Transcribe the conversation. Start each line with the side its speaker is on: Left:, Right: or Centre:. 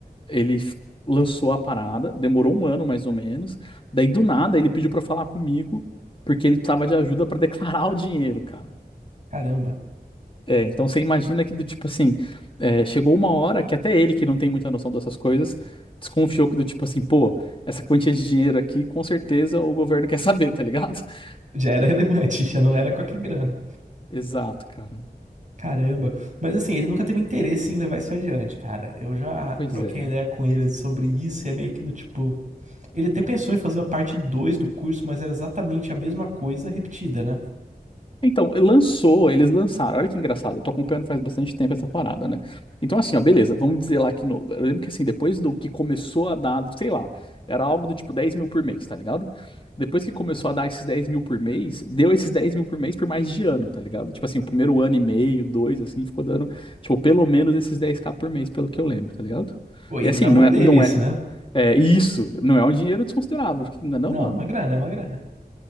Left: Ele f- lançou a parada, demorou um ano mais ou menos. Daí do nada ele pediu pra falar comigo porque ele precisava de ajuda pra declarar o dinheiro, cara.
Right: Caramba.
Left: É, então você imagina que do tipo assim, é, chegou uma hora que até ele que não tem muita noção dessas coisas desconfiou que do tipo assim, pô, essa quantia de dinheiro aqui com certeza o governo quer saber, tá ligado? <laughs>
Right: Já era relevante, <laughs> já não era qualquer grana.
Left: Exato, cara.
Right: Caramba. Mas assim, ele nunca teve interesse em levar isso adiante, cara. Eu já
Left: Pois
Right: troquei
Left: é.
Right: ideia com ele sobre isso e é meio que do tipo. Ele até pensou em fazer a parte 2 do curso, mas era exatamente a mesma coisa repetida, né?
Left: Então, lançou, eles lançaram. Olha que engraçado, eu tô acompanhando faz bastante tempo essa parada, né? Então, assim, ó, beleza, vamos dizer lá que no. Eu lembro que assim, depois do que começou a dar, sei lá, era algo do tipo 10 mil por mês, tá ligado? Depois que começou a dar esses 10 mil por mês, deu esses 10 mil por mês por mais de ano, tá ligado? Tipo assim, o primeiro ano e meio, dois, assim, ficou dando, tipo, pelo menos esses dez k por mês, pelo que eu lembro, tá ligado?
Right: Pô, e
Left: E assim,
Right: na mão
Left: não é,
Right: dele
Left: não
Right: isso,
Left: é,
Right: né?
Left: é isso, não é um dinheiro desconsiderável, não é não,
Right: Não,
Left: mano?
Right: é uma grana, é uma grana.